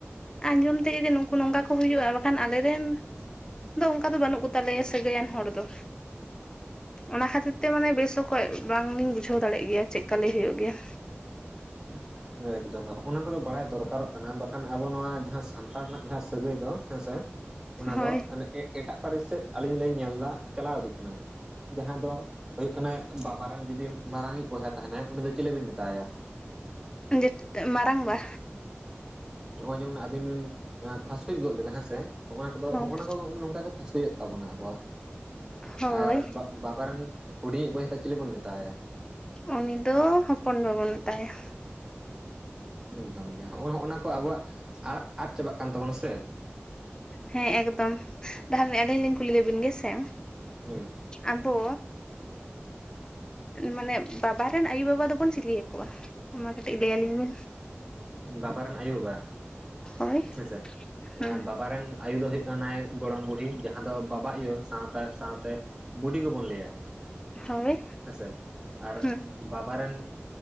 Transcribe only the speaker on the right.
<inaudible> ᱮᱠᱫᱚᱢ ᱜᱮ ᱱᱚᱸᱜ-ᱚ ᱱᱚᱣᱟ ᱠᱚᱫᱚ ᱵᱟᱲᱟᱭ ᱫᱚᱨᱠᱟᱨᱚᱜ ᱠᱟᱱᱟ, ᱵᱟᱠᱷᱟᱱ ᱟᱵᱚ ᱱᱚᱣᱟ ᱡᱟᱦᱟᱸ ᱥᱟᱱᱛᱟᱲ ᱨᱮᱱᱟᱜ ᱡᱟᱦᱟᱸ ᱥᱟᱹᱜᱟᱹᱭ ᱫᱚ ᱦᱮᱸᱥᱮ᱾ ᱚᱱᱟ
ᱫᱚ ᱚᱱᱮ ᱮᱜ-ᱮᱴᱟᱜ ᱯᱟᱹᱨᱤᱥ ᱥᱮᱫ ᱟᱹᱞᱤᱧ ᱞᱤᱧ ᱧᱮᱞ ᱫᱟ ᱪᱟᱞᱟᱣ ᱤᱫᱤᱜ ᱠᱟᱱᱟ᱾ ᱡᱟᱦᱟᱸᱭ ᱫᱚ ᱦᱩᱭᱩᱜ ᱠᱟᱱᱟᱭ ᱵᱟᱵᱟ ᱨᱮᱱ ᱡᱩᱫᱤ ᱢᱟᱨᱟᱝᱤᱡ ᱵᱚᱭᱦᱟ ᱛᱟᱦᱮᱱᱟᱭ ᱩᱱᱤ ᱫᱚ ᱪᱤᱞᱤ ᱵᱤᱱ ᱢᱮᱛᱟᱭᱟ?
ᱱᱚᱜᱼᱚᱭ ᱡᱮᱢᱚᱱ ᱟᱵᱤᱱ ᱵᱤᱱ ᱯᱷᱟᱥᱠᱡ ᱜᱚᱫ ᱞᱮᱫᱟ ᱦᱮᱸ ᱥᱮ ᱦᱚᱸᱜ-ᱱᱟ ᱠᱚᱫᱚ
ᱦᱚᱸᱜᱼᱱᱟ ᱠᱚ-ᱠᱚ ᱱᱚᱝᱠᱟᱜᱮ ᱯᱷᱟᱥᱠᱩᱡᱚᱜ᱾ ᱛᱟᱵᱚᱱᱟ ᱟᱵᱚᱣᱟᱜ᱾
ᱟᱨ ᱵᱟ-ᱵᱟᱵᱟᱨᱮᱱ ᱦᱩᱰᱤᱧᱤᱡ ᱵᱚᱭᱦᱟ ᱫᱚ ᱪᱤᱞᱤ ᱵᱚᱱ ᱢᱮᱛᱟᱣᱟᱭᱟ?
ᱮᱠᱫᱚᱢ ᱜᱮ ᱱᱚᱸᱜᱼᱚ ᱱᱚᱸᱜ-ᱱᱟ ᱠᱚ ᱟᱵᱚᱣᱟᱜ ᱟᱲᱟᱜ ᱟᱫ ᱪᱟᱵᱟᱜ ᱠᱟᱱ ᱛᱟᱵᱚᱱᱟ ᱥᱮ᱾
ᱦᱳᱭ
ᱵᱟᱵᱟ ᱨᱮᱱ ᱟᱭᱳ ᱵᱟᱵᱟ
ᱦᱮᱸᱥᱮ
ᱵᱟᱵ- ᱵᱟᱨᱮᱱ ᱟᱭᱳ ᱫᱚᱭ ᱦᱩᱭᱩᱜ ᱠᱟᱱᱟᱭ ᱜᱚᱲᱚᱢ ᱵᱩᱲᱦᱤ ᱡᱟᱦᱟᱸ ᱫᱚ ᱵᱟᱵᱟ ᱟᱭᱳ ᱥᱟᱶᱛᱟ ᱥᱟᱶᱛᱮ- ᱵᱩᱰᱤᱜᱚ ᱵᱚᱱ ᱞᱟᱹᱭᱟ᱾
ᱦᱮᱸᱥᱮ ᱟᱨ
ᱵᱟᱵ- ᱵᱟᱵᱟᱟᱨ ᱨᱮᱱ